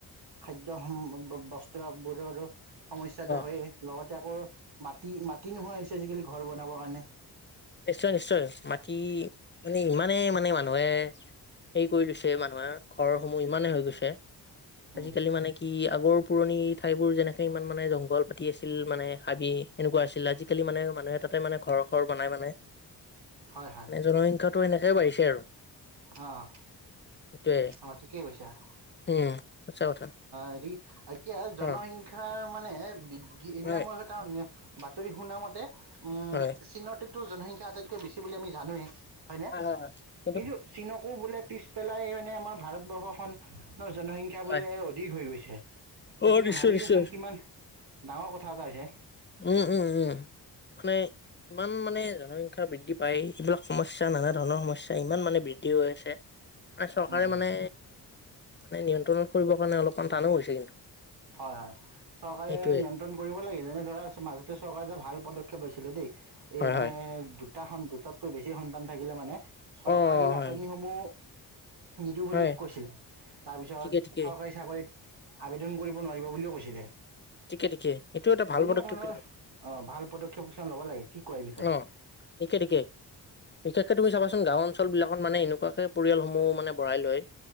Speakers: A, on the right (about 65°); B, on the left (about 25°).
A: খাদ্যয় বস্ত্ৰ বোৰৰো সমস্য়াটো
B: অ'।
A: হয়েই লগতে আকৌ মাটি মাটি নোহোৱা হৈছে আজিকালি ঘৰ বনাবৰ কাৰণে।
B: নিশ্চয় - নিশ্চয় মাটি মানে ইমানেই মানে মানুহে হেৰি কৰি লৈছে মানুহে ঘৰসমূহ ইমানে হৈ গৈছে
A: উম
B: আজিকালি মানে কি আগৰ পুৰণি ঠাইবোৰ যেনেকে ইমান মানে জংঘল পাতি আছিল মানে হাবি এনেকুৱা আছিল আজিকালি মানে মানুহ এ তাতে মানে ঘৰ ঘৰ বনাই মানে
A: হয় হয়
B: মানে জনসংখ্যাটো এনেকেই বাঢ়িছে আৰু
A: অঁ অঁ
B: সেইটোয়ে।
A: অঁ ঠিকেই কৈছা অ
B: উম, সঁচা কথা
A: হেৰি এতিয়া জনসংখ্যা
B: অ',
A: মানে বি
B: হয়,
A: নামৰটা
B: হয়।
A: বাতৰি সুনামতে উম
B: হয়,
A: চীনত জনসংখ্যা আটাইতকৈ বেছি বুলি আমি জানোৱেই হয়নে?
B: হয় হয় হয়। কিন্ত,
A: কিন্তু চীনকো বোলে পিছ পেলাই মানে আমাৰ ভাৰতবৰ্ষখনৰ জনসংখ্যা বোলে
B: হয়,
A: অধিক হৈ গৈছে। গতিকে
B: অ', নিশ্চয়,
A: ভাবিছা
B: নিশ্চয়,
A: চোন কিমান ডাঙৰ কথা এটা হৈছে।
B: উম, উম, উম, মানে ইমান মানে জনসংখ্যা বৃদ্ধি পায়, এইবিলাক সমস্যা নানা ধৰণৰ সমস্যা ইমান মানে বৃদ্ধি হৈ আছে। মানে চৰকাৰে
A: উম উম
B: মানে, মানে নিয়ন্ত্ৰণত কৰিবৰ কাৰণে অলপমান টানো হৈছে কিন্তু।
A: হয় হয়। চৰকাৰে
B: সেইটোয়ে
A: নিয়ন্ত্ৰণ কৰিব লাগে, যেনে ধৰা মাজতে চৰকাৰে এটা ভাল পদক্ষেপ লৈছিলে দেই।
B: হয়,
A: এই মানে
B: হয়,
A: দু দুটা সন দুটাতকৈ বেছি সন্তান থাকিলে মানে চৰকাৰী
B: অ', হয়,
A: আঁচনিসমূহ নিদো বুলি
B: হয়,
A: কৈছিলে। তাৰপিছত
B: ঠিকে, ঠিকে,
A: চৰকাৰী চাকৰিত আবেদন কৰি বা নোৱাৰিব বুলিও কৈছিলে।
B: ঠিকে, ঠিকে এইটো এটা ভাল
A: তেনেকুৱা
B: পদক্ষেপ
A: ধৰণৰ
B: কিন্তু
A: অ ভাল পদক্ষেপ কিছুমান ল'ব লাগে। কি কয় এই বিষয়ে
B: অ ঠিকে ঠিকেই। বিশেষকে তুমি চাবা চোন গাও অঞ্চল বিলাকত মানে এনেকুৱাকে পৰিয়ালসমূহ মানে বঢ়াই লয়,